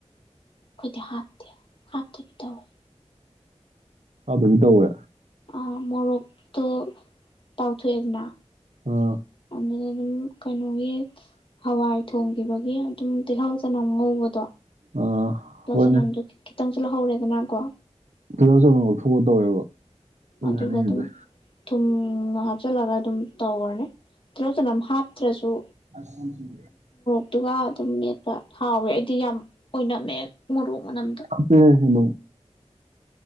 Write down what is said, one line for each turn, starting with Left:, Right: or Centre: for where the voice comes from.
Left: ꯑꯩꯈꯣꯏꯗꯤ ꯍꯥꯞꯇꯦ ꯍꯥꯞꯇꯕꯤ ꯇꯧꯋꯦ
Right: ꯍꯥꯞꯇꯕꯤ ꯇꯧꯋꯦ
Left: ꯑ ꯃꯣꯔꯣꯛꯇꯣ ꯇꯥꯎꯊꯣꯛꯑꯦꯗꯅ
Right: ꯑ
Left: ꯑꯗꯨꯗ ꯑꯗꯨꯝ ꯀꯩꯅꯣꯒꯤ ꯍꯋꯥꯏ ꯊꯣꯡꯈꯤꯕꯒꯤ ꯑꯗꯨꯝ ꯇꯤꯜꯍꯧ ꯆꯅꯝ ꯉꯧꯕꯗꯣ
Right: ꯑꯥ
Left: ꯇꯤꯜꯍꯧ
Right: ꯍꯣꯏꯅꯦ
Left: ꯆꯅꯝꯗꯣ ꯈꯤꯇꯪꯁꯨ ꯂꯧꯍꯧꯔꯦꯗꯅ ꯀꯣ
Right: ꯇꯤꯜꯍꯧ ꯆꯅꯝ ꯉꯧꯊꯣꯛꯑ ꯇꯧꯋꯦꯕ ꯅꯪ
Left: ꯃꯗꯨꯒ
Right: ꯍꯥꯏꯅꯤꯡꯉꯤꯁꯦ
Left: ꯑꯗꯨꯝ ꯊꯨꯝꯒ ꯍꯥꯞꯆꯤꯜꯂꯒ ꯑꯗꯨꯝ ꯇꯧꯔꯅꯤ ꯇꯤꯜꯍꯧ ꯆꯅꯝ ꯍꯥꯞꯇ꯭ꯔꯁꯨ
Right: <unintelligible>
Left: ꯑꯗꯨꯒ ꯑꯗꯨꯝ ꯃꯦꯠ ꯗ ꯍꯥꯎꯋꯦ ꯑꯩꯗꯤ ꯌꯥꯝ ꯑꯣꯏꯅꯃꯦ ꯃꯣꯔꯣꯛ ꯃꯅꯝꯗꯣ
Right: ꯍꯥꯞꯄꯦ ꯑꯗꯨꯝ